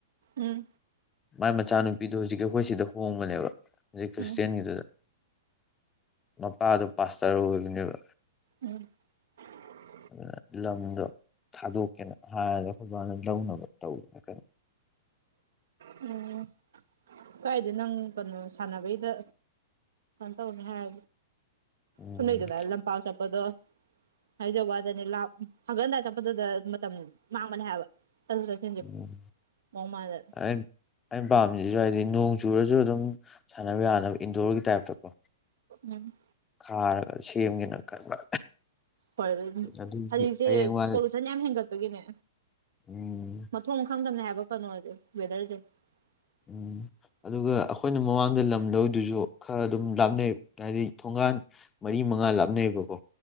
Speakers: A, on the right; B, on the left.
A: ꯎꯝ
B: ꯃꯥꯏ ꯃꯆꯥꯅꯨꯄꯤꯗꯣ ꯍꯧꯖꯤꯛꯀꯤ ꯑꯩꯈꯣꯏ ꯁꯤꯗ ꯍꯣꯡꯕꯅꯦꯕ ꯍꯧꯖꯤꯛ ꯈ꯭ꯔꯤꯁꯇꯌꯥꯅꯒꯤꯗꯨꯗ
A: ꯎꯝ
B: ꯃꯄꯥꯗꯣ ꯄꯥꯁꯇꯔ ꯑꯣꯏꯕꯅꯦꯕ
A: ꯎꯝ <inaudible>
B: ꯑꯗꯨꯅ ꯂꯝꯗꯣ ꯊꯥꯗꯣꯛꯀꯦꯅ ꯍꯥꯏꯔꯒ ꯑꯩꯈꯣꯏ ꯕꯥꯅ ꯂꯧꯅꯕ ꯇꯧꯋꯦꯅ ꯀꯩꯅꯣ
A: ꯎꯝ ꯀꯥꯏꯗꯩ ꯅꯪ ꯀꯩꯅꯣ ꯁꯥꯟꯅꯕꯩꯗ ꯇꯧꯅꯤ ꯍꯥꯏ
B: ꯎꯝ
A: ꯐꯨꯅꯩꯗꯅ ꯂꯝꯄꯥꯛ ꯆꯠꯄꯗ ꯍꯥꯏꯖꯕꯋꯥꯗꯅꯤ ꯂꯥ ꯍꯟꯒꯠ ꯍꯟꯗꯥ ꯆꯠꯄꯗꯨꯗ ꯃꯇꯝ ꯃꯥꯡꯕꯅꯦ ꯍꯥꯏꯕ ꯆꯠꯔ‌ꯣꯛ ꯆꯠꯁꯤꯟꯁꯤ
B: ꯎꯝ
A: ꯃꯥꯑꯣꯡ ꯃꯥꯟꯗꯅꯥ
B: ꯑꯩ ꯑꯩꯅ ꯄꯥꯝꯁꯤꯁꯨ ꯍꯥꯏꯗꯤ ꯅꯣꯡ ꯆꯨꯔꯁꯨ ꯑꯗꯨꯝ ꯁꯥꯟꯅꯕ ꯌꯥꯅꯕ ꯏꯟꯗꯣꯔꯒꯤ ꯇꯥꯏꯞꯇꯀꯣ
A: ꯎꯝ
B: ꯈꯥꯔꯒ ꯁꯦꯝꯒꯦꯅ ꯈꯟꯕ
A: ꯍ‌ꯣꯏ ꯑꯗꯨꯝ
B: ꯑꯗꯨꯒꯤ
A: ꯍꯧꯖꯤꯛꯁꯦ
B: ꯍꯌꯦꯡ ꯋꯥꯏ
A: ꯐꯅꯌꯥꯝ ꯍꯦꯟꯒꯠꯄꯒꯤꯅꯦ
B: ꯎꯝ
A: ꯃꯊꯣꯡ ꯃꯈꯥꯡꯗꯝꯅꯦ ꯍꯥꯏꯕ ꯀꯩꯅꯣꯁꯦ ꯋꯦꯗꯔꯁꯦ <inaudible>
B: ꯎꯝ ꯑꯗꯨꯒ ꯑꯩꯈꯣꯏꯅ ꯃꯃꯥꯡꯗ ꯂꯝꯗꯧꯔꯤꯗꯨꯁꯨ ꯈꯔ ꯑꯗꯨꯝ ꯂꯥꯞꯅꯩ ꯍꯥꯏꯗꯤ ꯊꯣꯡꯒꯥꯟ ꯃꯔꯤ ꯃꯉꯥ ꯂꯥꯞꯅꯩꯌꯦꯕꯀꯣ